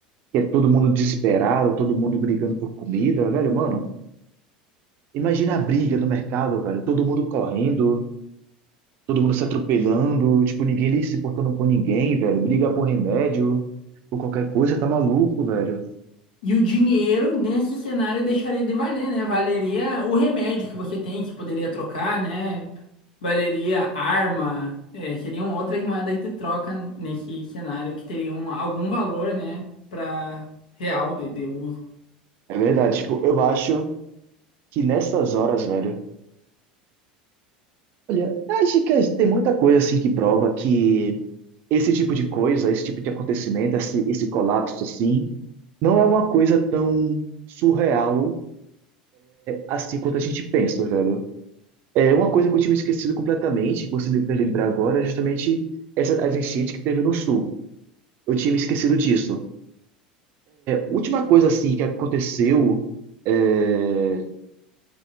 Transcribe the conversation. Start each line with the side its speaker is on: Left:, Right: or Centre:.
Right: que é todo mundo desesperado, todo mundo brigando por comida, velho, mano. Imagina a briga no mercado, velho. Todo mundo correndo todo mundo se atropelando, tipo, ninguém ali se portando com ninguém, velho. Briga por remédio, por qualquer coisa, tá maluco, velho.
Left: E o dinheiro, nesse cenário, deixaria de valer, né? Valeria o remédio que você tem, que poderia trocar, né? Valeria arma, é, seriam outras moedas de troca nesse cenário que teriam algum valor, né? Para real de, de uso.
Right: É verdade, tipo, eu acho que nessas horas, velho, olha, acho que tem muita coisa assim que prova que esse tipo de coisa, esse tipo de acontecimento, esse, esse colapso assim, não é uma coisa tão surreal assim quanto a gente pensa, velho. É uma coisa que eu tinha me esquecido completamente, que você me fez lembrar agora, é justamente essa, as enchentes que teve no sul. Eu tinha me esquecido disso. Última coisa assim que aconteceu é,